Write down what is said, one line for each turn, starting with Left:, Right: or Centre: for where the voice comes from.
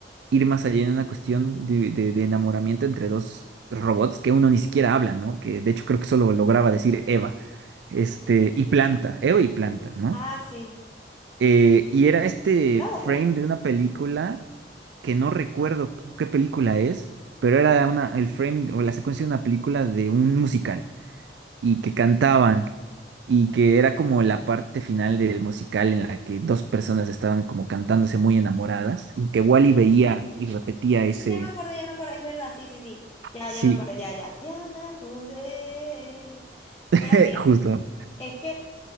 Right: ir más allá en una cuestión de, de- de enamoramiento entre dos robots que uno ni siquiera habla, ¿no? Que de hecho creo que solo lograba decir Eva, este,
Left: Ujú.
Right: y Planta, Eva y Planta, ¿no?
Left: Ah, sí.
Right: Eh, y era este
Left: ¿No era bota?
Right: frame de una película que no recuerdo cu- qué película es, pero era una, el frame o la secuencia de una película de un musical y que cantaban y que era como la parte final del musical en la que dos personas estaban como cantándose muy enamoradas y que Wally veía y repetía ese
Left: Ya me acordé, ya me acordé, es verdad, sí, sí, sí. Ya,
Right: sí,
Left: ya me acordé, ya, ya, ya me acordé.
Right: <laughs>
Left: Pero mira,
Right: justo.
Left: es que